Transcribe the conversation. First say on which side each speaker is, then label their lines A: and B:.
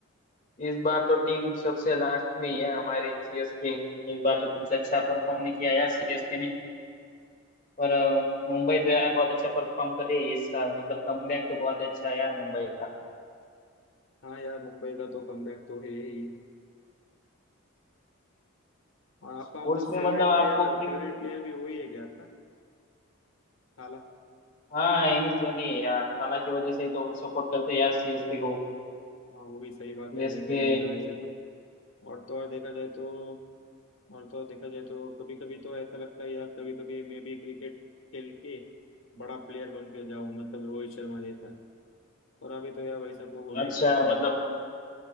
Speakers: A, on the left; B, on the left.
A: इस बार तो टीम सबसे लास्ट में ही है हमारी सीएसके इस बार तो कुछ अच्छा परफॉर्म नहीं किया यार सीएसके ने पर अ, मुंबई तो यार बहुत अच्छा परफॉर्म कर रही है इस साल मतलब कमबैक तो बहुत अच्छा है यार मुंबई का
B: हाँ यार मुंबई का तो कमबैक तो है ही और आपका
A: स्पोर्ट्स
B: मतलब
A: में
B: फेवरेट
A: मतलब
B: प्लेयर
A: आपको
B: फेवरेट प्लेयर भी वही है क्या आपका थाला
A: हाँ एम एस धोनी है यार खाला की वजह से ही तो सपोर्ट करते हैं यार सीएसके को
B: हाँ वो भी सही बात
A: सीएसके
B: है देखा जाए तो वैसे तो और तो और देखा जाए तो और तो और देखा जाए तो कभी कभी तो ऐसा लगता है यार कभी कभी मैं भी क्रिकेट खेल के बड़ा प्लेयर बन के जाऊँ मतलब रोहित शर्मा जैसा और अभी तो यार वैसा तो हो नहीं
A: अच्छा
B: सकता
A: यार
B: है
A: मतलब